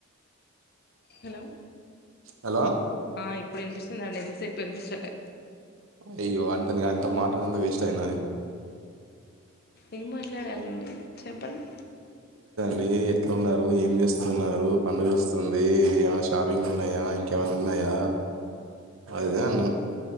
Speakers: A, on the left (about 50°); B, on the right (about 80°).
A: హలో
B: హలో!
A: ఆ ఇప్పుడు వినిపిస్తుందండి సేపు వినిపిస్తలే
B: అయ్యో అంత నేను ఆయన తో మాట్లాడిందా వేస్ట్ అయింది ఐతే
A: ఏం మాట్లాడాలండి చెప్పండి.
B: డి ఎట్లా ఉన్నారు ఏం చేస్తున్నారు. పండుగ వస్తుంది ఏయ్య షాపింగ్ ఉన్నాయా. ఇంకేమైనా ఉన్నాయా. అదిద్ అన్నాం